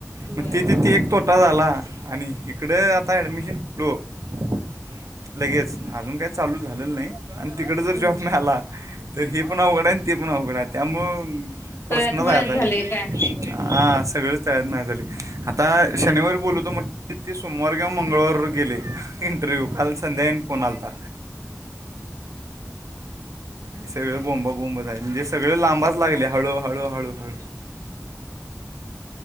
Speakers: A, on the left; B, on the right.
A: होय
B: मग तेिथे ते एक <unintelligible> झाला आणि इकडें आता ॲडमिशन घेतलो- लगेच. अजून काही चालू झालेलं नाही. आणि तिकड
A: हम्म
B: जर जॉब मिळाला. तर हे पण अवघड आहे आणि ते पण अवघड आहे त्यामुळे- प्रश्नच
A: तळ्यात मळ्यात
B: आहे आता आणि
A: झालेय काय
B: आ- सगळ च तळ्यात मळ्यात झालं. आता शनिवारी बोलवतो म्हटल तर ते सोमवार किंवा मंगळवार वर गेले. इंटरव्ह्यू. काल संध्याकाळी फोन आलता. सगळे बोंबा बोंबच आहे. म्हणजे सगळे लांबायच लागलय हळू हळू हळू.